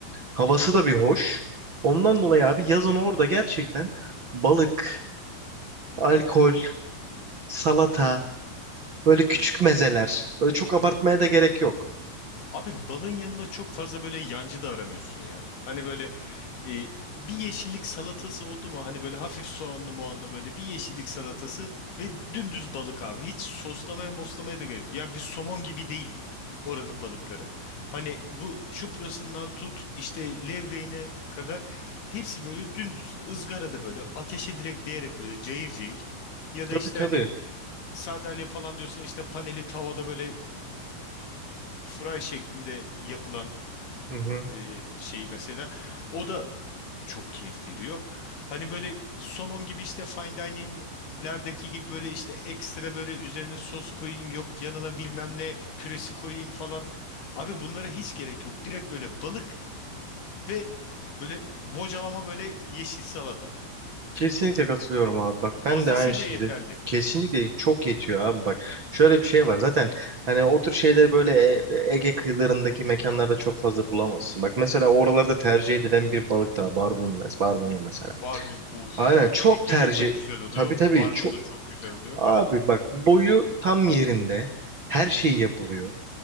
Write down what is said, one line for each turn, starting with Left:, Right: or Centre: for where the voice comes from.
Right: havası da bir hoş. Ondan dolayı abi yazın orada gerçekten balık, alkol, salata Böyle küçük
Left: Öf.
Right: mezeler. Böyle çok abartmaya da gerek yok.
Left: Abi balın yanında çok fazla böyle yancı da aramıyorsun ya. Hani böyle e, bir yeşillik salatası oldu mu? Hani böyle hafif soğanlı moğanlı böyle bir yeşillik salatası ve dümdüz balık abi. Hiç soslamaya moslamaya da gerek yok. Yani bir somon gibi değil oranın balıkları. Hani bu çuprasından tut işte levreğine kadar hepsi böyle dümdüz ızgarada böyle ateşe direkt değerek böyle cayır cayır. Ya da
Right: Tabii
Left: işte
Right: tabii.
Left: hani sardalya falan diyorsan işte paneli tavada böyle e, fry şeklinde yapılan
Right: Hı hı.
Left: e, şey mesela. O da çok keyif veriyor. Hani böyle somon gibi işte fine dining'lerdeki gibi böyle işte ekstra böyle üzerine sos koyayım yok yanına bilmem ne püresi koyayım falan. Abi bunlara hiç gerek yok. Direkt böyle balık ve böyle bocalama böyle yeşil salata.
Right: Kesinlikle katılıyorum abi. Bak
Left: Fazlasıyla
Right: ben de aynı şekilde.
Left: yeterli.
Right: Kesinlikle çok yetiyor abi bak. Şöyle bir şey var zaten hani o tür şeyleri böyle E- Ege kıyılarındaki mekanlarda çok fazla bulamazsın. Bak mesela oralarda tercih edilen bir balık daha barbunya, barbunya mesela.
Left: Barbun of.
Right: Aynen çok
Left: Tekir
Right: tercih.
Left: de çok güzel oluyor.
Right: Tabii tabii
Left: Barbun
Right: çok.
Left: da çok güzel oluyor.
Right: Abi bak boyu tam yerinde. Her şey yapılıyor.